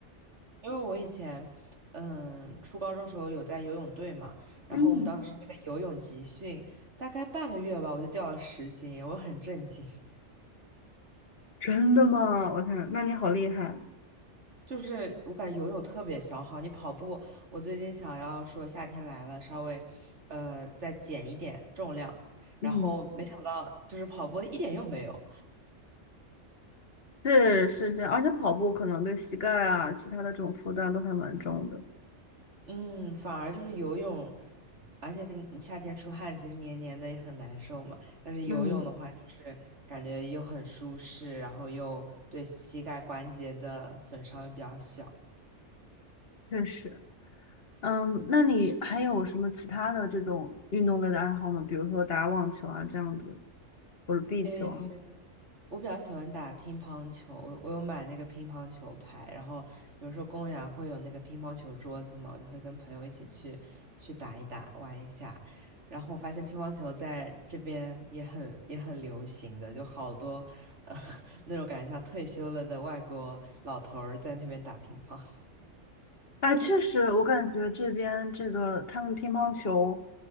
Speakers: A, on the right; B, on the left.
A: 因为我以前，嗯，初高中时候有在游泳队嘛，然后我们当时那个游泳集训，
B: 嗯。
A: 大概半个月吧，我就掉了十斤，我很震惊。<laughs>
B: 真的吗？我看，那你好厉害。
A: 就是我感觉游泳特别消耗，你跑步，我最近想要说夏天来了，稍微，呃，再减一点重量，然后没想到就是跑步一点用没有。
B: 嗯，是是这样，而且跑步可能对膝盖啊，其他的这种负担都还蛮重的。
A: 嗯，反而就是游泳，而且你夏天出汗，其实黏黏的也很难受嘛。但是游泳的话，
B: 嗯，
A: 就是感觉又很舒适，然后又对膝盖关节的损伤又比较小。
B: 确实。嗯，那你还有什么其他的这种运动类的爱好吗？比如说打网球啊这样子，或者壁球啊。
A: 嗯。我比较喜欢打乒乓球，我我有买那个乒乓球拍，然后有时候公园会有那个乒乓球桌子嘛，我就会跟朋友一起去去打一打，玩一下。然后我发现乒乓球在这边也很也很流行的，就好多呃 <laughs> 那种感觉像退休了的外国老头儿在那边打乒乓。
B: 啊，确实，我感觉这边这个他们乒乓球，